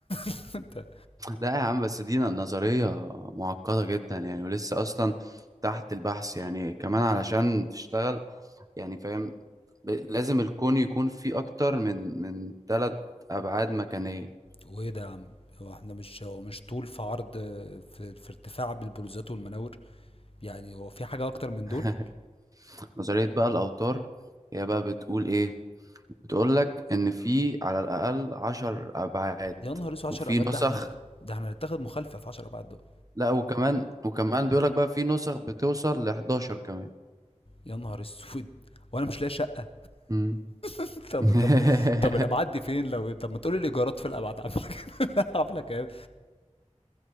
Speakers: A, on the left; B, on the right.
A: فأنت
B: لا يا عم بس دي نظرية معقدة جدا يعني ولسه أصلا تحت البحث يعني كمان علشان تشتغل يعني فاهم ب- لازم الكون يكون فيه أكتر من من ثلاث أبعاد مكانية
A: وإيه ده يا عم؟ هو إحنا مش هو مش طول في عرض في في ارتفاع بالبروزات والمناور؟ يعني هو في حاجة أكتر من
B: <laughs>
A: دول؟
B: نظرية بقى الأوتار هي بقى بتقول إيه بتقول لك ان في على الاقل عشر ابعاد
A: يا نهار أسود! 10
B: وفي
A: أبعاد
B: نسخ
A: ده إحنا ن ده إحنا هنتاخد مخالفة في 10 أبعاد دول،
B: لا وكمان وكمان بيقول لك بقى في نسخ بتوصل ل 11 كمان
A: يا نهار أسود! وأنا مش لاقي شقة
B: مم.
A: <laughs> طب
B: <laughs>
A: طب طب الأبعاد دي فين؟ لو طب ما تقول لي الإيجارات في الأبعاد عاملة <laughs> عاملة كام؟